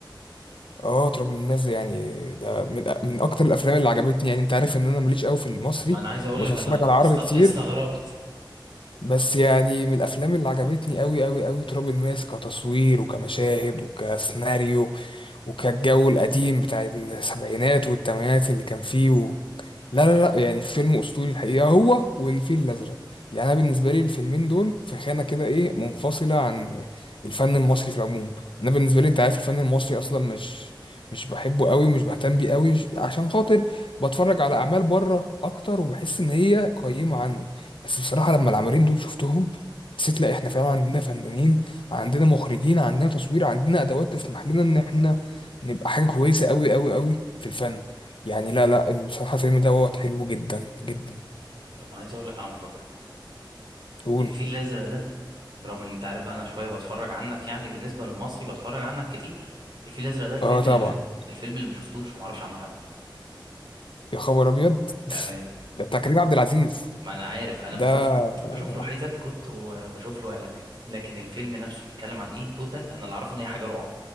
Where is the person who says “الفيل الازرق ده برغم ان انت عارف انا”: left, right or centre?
Right